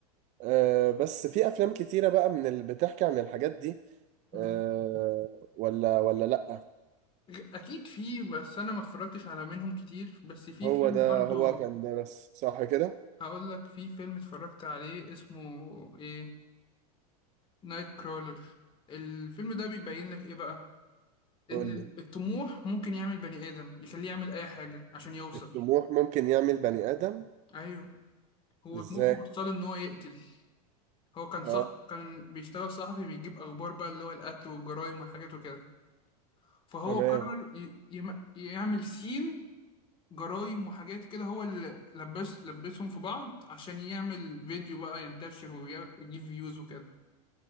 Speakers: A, on the right; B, on the left.
A: آه، بس في افلام كتيرة بقى من اللي بتحكي عن الحاجات دي
B: مم.
A: آه، ولا ولا لأ
B: أكيد في بس أنا ما اتفرجتش على منهم كتير بس في
A: هو
B: فيلم
A: ده
B: برضو
A: هو كان ده بس صح كده
B: هقول لك في فيلم اتفرجت عليه اسمه إيه نايت كرولر الفيلم ده بيبين لك إيه بقى
A: قول
B: إن
A: لي
B: الطموح ممكن يعمل بني آدم يخليه يعمل أي حاجة عشان يوصل
A: الطموح ممكن يعمل بني آدم
B: أيوه هو
A: ازاي
B: طموحه وصله إن هو يقتل هو كان صح
A: اه
B: كان بيشتغل صحفي بيجيب اخبار بقى اللي هو القتل والجرائم والحاجات وكده فهو
A: تمام
B: قرر ي... يم... يعمل سين جرائم وحاجات كده هو اللي لبس لبسهم في بعض عشان يعمل فيديو بقى ينتشر وي- ويجيب فيوز وكده